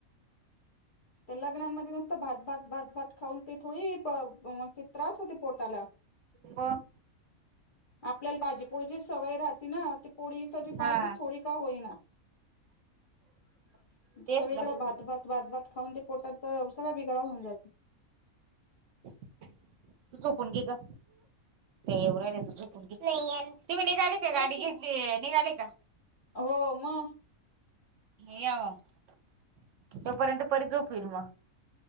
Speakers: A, on the left; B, on the right.
A: ते लग्नांमध्ये नुसतं भात भात भात भात खाऊन ते थोडी, मग ते त्रास होते पोटाला.
B: प
A: आपल्याला भाजीपोळी ची सवय राहते ना, ती पोळी तरी पाहिजेच
B: हा
A: थोडी का होईना -
B: तेच
A: सगळीकडे
B: ना तू
A: भात, भात भात, भात खाऊन ते पोटाच सगळा बिगडा होऊन जातो.
B: <inaudible> तु झोपून घे ग ते येवु राहीले तु झोपून घे नाई येनार. तुम्ही निघाले का? गाडी घेतली निघाले का?
A: <inaudible> हो मग
B: या मग <inaudible> तोपर्यंत परी झोपील मग.